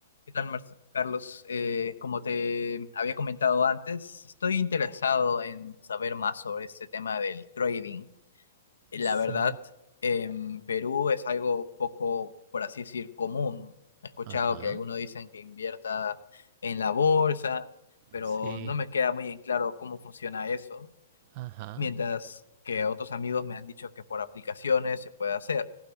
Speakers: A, on the left (about 80°); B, on the right (about 45°).
A: ¿Qué tal, Marce- Carlos? Eh, como te había comentado antes, estoy interesado en saber más sobre este tema del trading. Eh, La
B: Sí,
A: verdad, en Perú es algo poco, por así decir, común. He escuchado
B: ajá,
A: que algunos dicen que invierta en la bolsa, pero
B: sí,
A: no me queda muy en claro cómo funciona eso,
B: ajá,
A: mientras que otros amigos me han dicho que por aplicaciones se puede hacer.